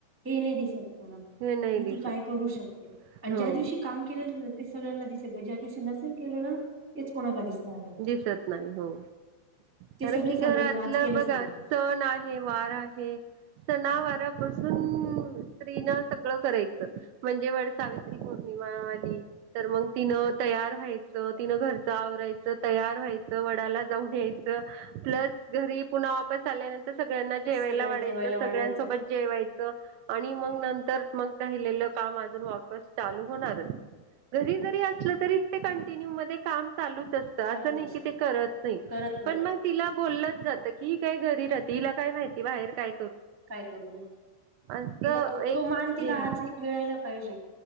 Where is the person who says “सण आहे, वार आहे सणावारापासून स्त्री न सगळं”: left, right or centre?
Right